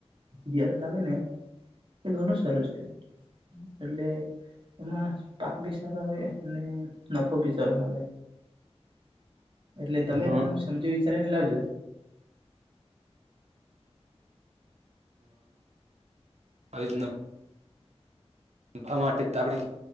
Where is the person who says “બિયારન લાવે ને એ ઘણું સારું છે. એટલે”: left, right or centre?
Right